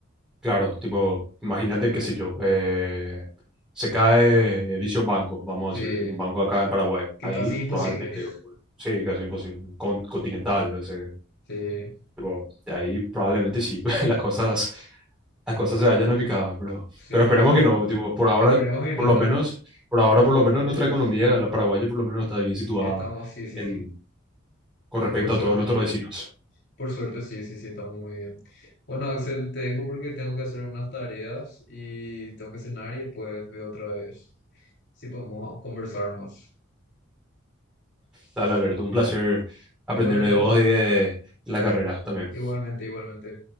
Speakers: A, in the centre; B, on the left.
A: Claro, tipo, imagínate, qué sé yo, eh, se cae eh, dicho banco, vamos
B: Sí,
A: a decirle, un banco acá en Paraguay,
B: que
A: ahí
B: casi imposible.
A: probablemente,
B: <laughs>
A: ocurre. sí, casi imposible, Con- continental, o sea,
B: Sí,
A: tipo, de ahí probablemente sí, <laughs> las cosas, las cosas se vayan a picar, pero,
B: sí,
A: pero esperemos
B: sí.
A: que no, tipo, por ahora,
B: Esperemos que
A: por
B: no.
A: lo menos, por ahora, por lo menos nuestra economía, la paraguaya, por lo menos está bien
B: <laughs>
A: situada
B: Estamos, sí, sí,
A: en,
B: sí,
A: con respecto
B: por suerte.
A: a todos nuestros vecinos.
B: Por suerte, sí, sí, sí, estamos muy bien. Bueno, Axel, te dejo porque tengo que hacer unas tareas y tengo que cenar y después veo otra vez si podemos conversar más.
A: Dale, Alberto, un placer aprender
B: Igualmente,
A: de vos y de la carrera también.
B: igualmente, igualmente.